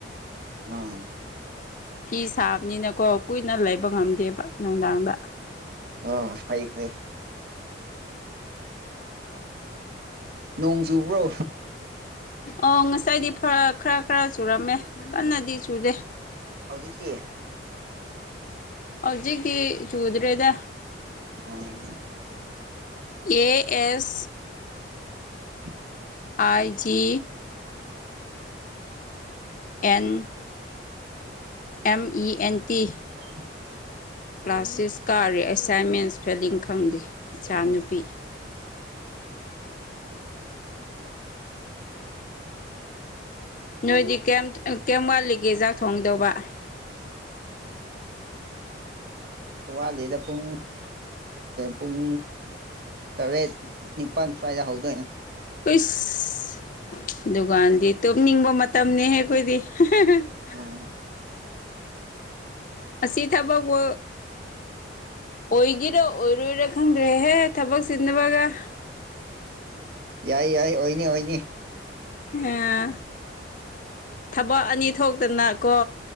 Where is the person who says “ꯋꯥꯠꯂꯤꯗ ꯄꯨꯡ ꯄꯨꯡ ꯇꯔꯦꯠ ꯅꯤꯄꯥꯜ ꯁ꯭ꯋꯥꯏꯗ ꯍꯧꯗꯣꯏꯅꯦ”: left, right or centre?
Right